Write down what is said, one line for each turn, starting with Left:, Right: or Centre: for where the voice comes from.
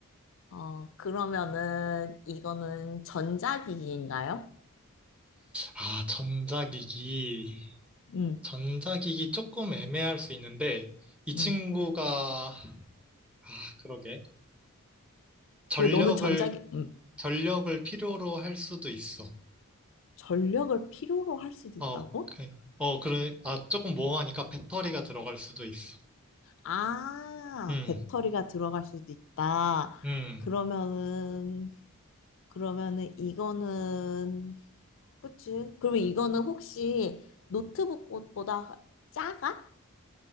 Left: 어, 그러면은 이거는 전자기기인가요?
Centre: 아, 전자기기.
Left: 음,
Centre: 전자기기 조금 애매할 수 있는데, 이
Left: 음.
Centre: 친구가, 아, 그러게. 전력을,
Left: 왜 너는 전자기, 음,
Centre: 전력을 필요로 할 수도 있어.
Left: 전력을 필요로 할 수도
Centre: 어,
Left: 있다고?
Centre: 그, 어, 그래. 아, 조금 모호하니까 배터리가 들어갈 수도 있어.
Left: 아,
Centre: 음,
Left: 배터리가 들어갈 수도 있다.
Centre: 음.
Left: 그러면은, 그러면은 이거는 그치? 그러면 이거는 혹시 노트북 꽃보다 작아?